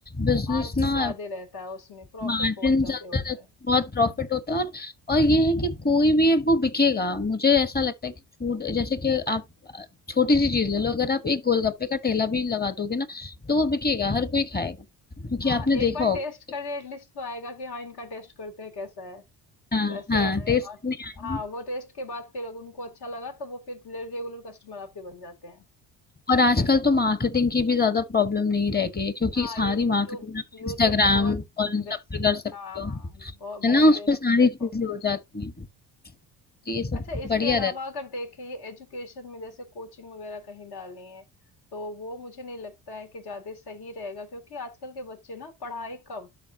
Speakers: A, on the left; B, on the left.
A: बिजनेस
B: मार्जिन
A: ना
B: ज्यादा रहता है उसमें प्रॉफिट
A: मार्जिन
B: बहुत ज्यादा
A: ज्यादा
B: होता
A: रहता है,
B: है
A: बहुत
B: हम्म,
A: प्रॉफिट होता है और और ये है कि कोई भी है वो बिकेगा मुझे ऐसा लगता है कि फूड जैसे कि आप अ, छोटी सी चीज ले लो अगर आप एक गोलगप्पे का ठेला भी लगा दोगे ना तो वो बिकेगा हर कोई खाएगा क्योंकि
B: हाँ
A: आपने
B: एक
A: देखा
B: बार
A: होगा
B: टेस्ट करें एटलीस्ट तो आएगा कि हाँ इनका टेस्ट करते हैं कैसा है
A: हाँ
B: वैसे
A: हाँ
B: आए
A: टेस्ट
B: और
A: नहीं आया
B: हाँ वो टेस्ट के बाद फिर अगर उनको अच्छा लगा तो वो फिर रेगुलर कस्टमर आपके बन जाते हैं
A: और आजकल तो मार्केटिंग की भी ज्यादा प्रॉब्लम नहीं रह गई है क्योंकि
B: हाँ
A: सारी
B: ये यूट्यूब
A: मार्केटिंग आप
B: यूट्यूब
A: इंस्टाग्राम
B: तो बहुत
A: और इन सब
B: बेस्ट
A: पे कर सकते
B: हाँ
A: हो
B: हाँ बहुत बहुत
A: है ना उस
B: बेस्ट
A: पे सारी
B: प्लेटफॉर्म
A: चीजें
B: है
A: हो जाती हैं तो ये सब
B: अच्छा इसके
A: बढ़िया
B: अलावा
A: रहता
B: अगर देखें ये एजुकेशन में जैसे कोचिंग वगैरह कहीं डालनी है तो वो मुझे नहीं लगता है कि ज्यादा सही रहेगा क्योंकि आजकल के बच्चे ना पढ़ाई कम